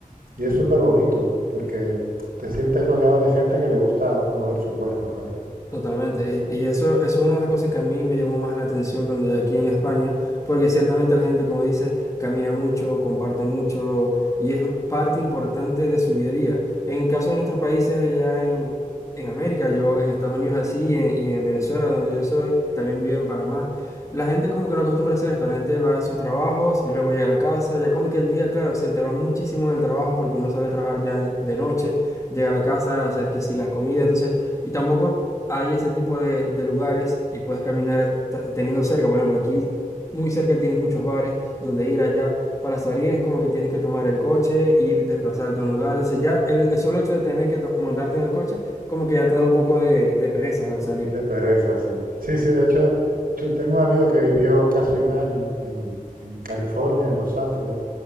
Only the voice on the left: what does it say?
Totalmente. Y, y eso, eso es una de las cosas que a mí me llamó más la atención cuando yo aquí en España, porque ciertamente la gente, como dices, camina mucho, comparte mucho y es parte importante de su día a día. En caso de nuestros países allá en, en América, yo en Estados Unidos así y en, y en Venezuela, donde yo soy, también vivo en Panamá, la gente como que no acostumbra a hacer esto. La gente va a sus trabajos y luego llega a la casa, ya como que el día, claro, se te va muchísimo en el trabajo porque uno sale a trabajar ya de noche, llega a la casa a hacer que si las comidas, entonces... Y tampoco hay ese tipo de, de lugares y puedes caminar t- teniendo cerca, por ejemplo, aquí muy cerca tienes muchos bares donde ir allá. Para salir es como que tienes que tomar el coche, ir, desplazarte a un lugar. Entonces ya el, el solo hecho de tener que to- montarte en el coche, como que ya te da un poco de, de pereza al salir.